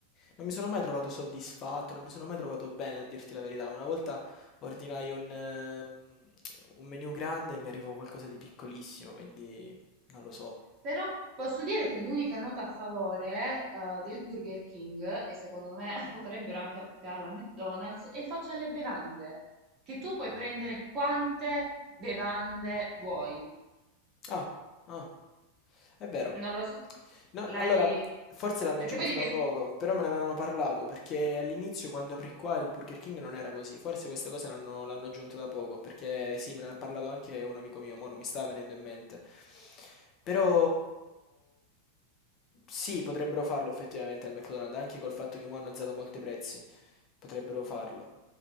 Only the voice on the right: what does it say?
Però posso dire che l'unica nota a favore, eh, del Burger King, e secondo me <laughs> potrebbero anche applicarla al McDonald's, è il fatto delle bevande, che tu puoi prendere quante bevande vuoi.
Non lo so se
l'hai...
Perché
poi dipende...